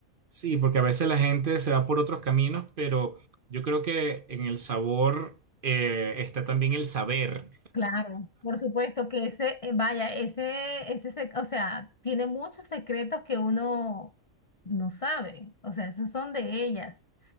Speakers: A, on the right; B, on the left.
A: sí, porque a veces la gente se va por otros caminos, pero yo creo que en el sabor eh, está también el saber.
B: Claro, por supuesto que ese, eh, vaya, ese, ese, sec- o sea, tiene muchos secretos que uno no sabe, o sea, esos son de ellas